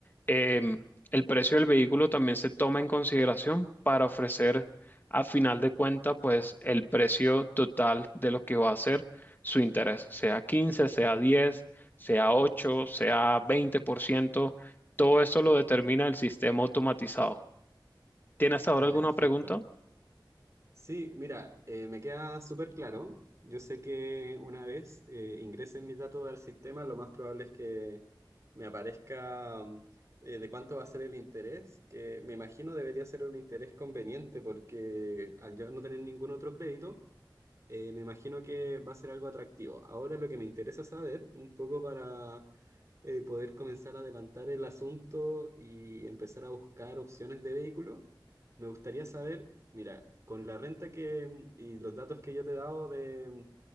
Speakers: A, on the left; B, on the right.
A: Em, el precio del vehículo también se toma en consideración para ofrecer a final de cuenta, pues, el precio total de lo que va a ser su interés, sea 15, sea 10, sea 8, sea 20%. Todo esto lo determina el sistema automatizado. ¿Tienes ahora
B: Vale,
A: alguna
B: perfecto.
A: pregunta?
B: Sí, mira, eh, me queda súper claro. Yo sé que una vez eh, ingresen mis datos al sistema, lo más probable es que me aparezca mm, eh, de cuánto va a ser el interés, que me imagino debería ser un interés conveniente porque al yo no tener ningún otro crédito, eh, me imagino que va a ser algo atractivo. Ahora lo que me interesa saber, un poco para eh, poder comenzar a adelantar el asunto y empezar a buscar opciones de vehículo. Me gustaría saber, mira, con la renta que mm, y los datos que yo te he dado de mm,